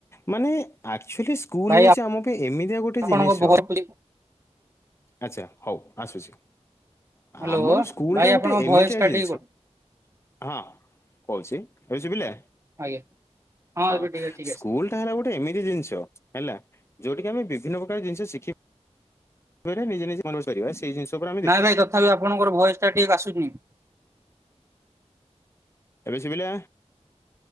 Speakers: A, on the left; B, on the right.
A: ମାନେ ଆକ୍ଚୁଆଲି ସ୍କୁଲ
B: ଭାଇ
A: ହଉଛି ଆମକୁ ଏମିତିଆ ଗୋଟେ
B: ଆପଣଙ୍କ
A: ଜିନିଷ
B: ଭଏସ
A: ଆଚଛା ହଉ ଆସୁଛି
B: ହ୍ୟାଲୋ
A: ଆମର ସ୍କୁଲ
B: ଭାଇ
A: ଟା
B: ଆପଣଙ୍କ
A: ଗୋଟେ
B: ଭଏସ
A: ଏମିତିଆ
B: ଟା
A: ଜିନିଷ
B: ଟିକେ
A: ହଁ କହୁଛି ହ ହଉ ଚି ପିଲା
B: ଆଜ୍ଞା ହଁ
A: ହେଲା
B: ଏବେ ଟିକେ ଠିକ ଆସିଲା।
A: ଗୋଟେ ଏମିତି ଜିନିଷ ହେଲା ଯୋଉିଠିକି ଆମେ ଆମେ ବିଭିନ୍ନ ପ୍ରକାର ଜିନିଷ ଶିଖିବା। <inaudible> ନିଜେ ନିଜ ମନ ସେଇ ଜିନିଷ। ଉପରେ ଆମେ ଦେଖୁଛେ
B: ନାଇଁ ଭାଇ ତଥାପି ଆପଣଙ୍କର ଭୟସ ଟା ଠିକ ଆସୁନି।
A: ଏବେ ଶୁିବିଲା